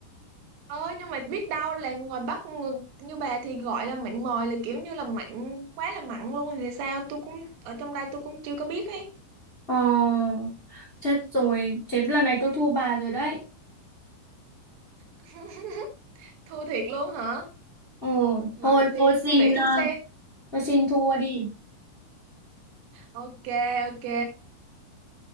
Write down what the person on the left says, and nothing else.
Ờ, chết rồi, thế lần này tôi thua bà rồi đấy.
Ờ, thôi
tôi xin
ờ,
tôi xin thua đi.